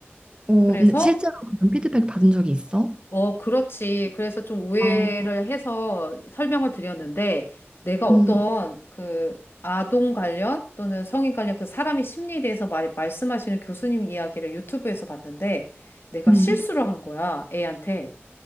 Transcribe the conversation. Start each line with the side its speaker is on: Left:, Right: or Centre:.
Right: 어,
Left: 그래서,
Right: 근데 실제로 그런 피드백 받은 적이 있어?
Left: 어, 그렇지. 그래서 좀 오해를
Right: 아,
Left: 해서 설명을 드렸는데 내가 어떤
Right: 음,
Left: 그 아동 관련 또는 성인 관련 그 사람의 심리에 대해서 말, 말씀하시는 교수님 이야기를 유튜브에서 봤는데 내가
Right: 음.
Left: 실수를 한 거야. 애한테.